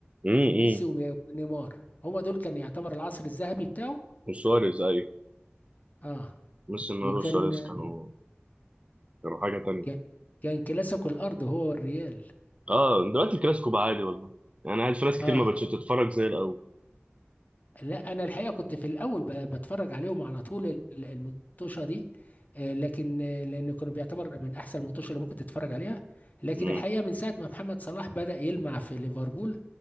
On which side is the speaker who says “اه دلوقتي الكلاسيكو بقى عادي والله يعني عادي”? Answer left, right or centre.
Right